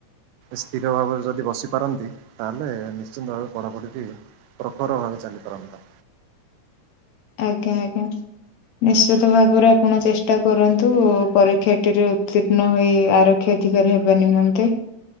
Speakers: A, on the right; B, on the left.
A: ସ୍ଥିର ଭାବରେ ଯଦି ବସିପାରନ୍ତି ତାହେଲେ, ନିଶ୍ଚିନ୍ତ ଭାବେ ପଢ଼ାପଢ଼ି ଟି ପ୍ରଖର ଭାବେ ଚାଲିପାରନ୍ତା।
B: ଆଜ୍ଞା ଆଜ୍ଞା। ନିଶ୍ଚିତ ଭାବରେ ଆପଣ ଚେଷ୍ଟା କରନ୍ତୁ। ପରୀକ୍ଷାଟିରେ ଉତୀ ର୍ଣ ହୋଇ ଆରକ୍ଷୀ ଅଧିକାରୀ ହେବା ନିମନ୍ତେ।